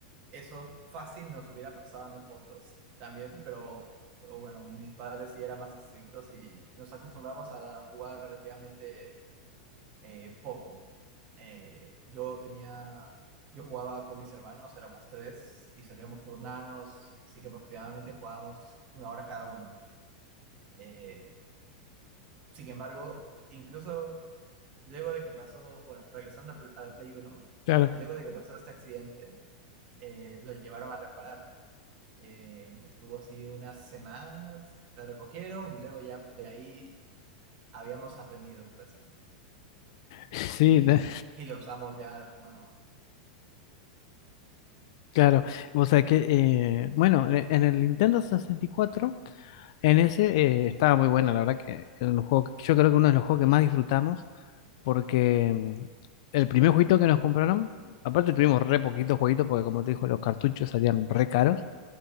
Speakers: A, on the right (about 40°); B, on the left (about 55°).
A: eso fácil nos hubiera pasado a nosotros también, pero o bueno, mis padres sí eran más estrictos y nos acostumbramos a jugar relativamente eh, poco. Eh, yo tenía, yo jugaba con mis hermanos, éramos tres y solíamos turnarnos, así que aproximadamente jugábamos una hora cada uno. Eh, sin embargo, incluso luego de que pasó, bueno, regresando al al Play uno,
B: <laughs> Claro.
A: luego de que pasó este accidente, eh, lo llevaron a reparar. eh, estuvo así unas semanas, la recogieron y luego ya de ahí habíamos aprendido, por así decirlo.
B: Sí,
A: Y,
B: de-
A: y lo usamos ya de forma normal,
B: claro. O sea que, eh, bueno, en en el Nintendo 64, en ese eh, estaba muy bueno, la verdad que era un juego, que- yo creo que uno de los juegos que más disfrutamos, porque mm, el primer jueguito que nos compraron, aparte tuvimos re poquitos jueguitos, porque como te dijo, los cartuchos salían re caros,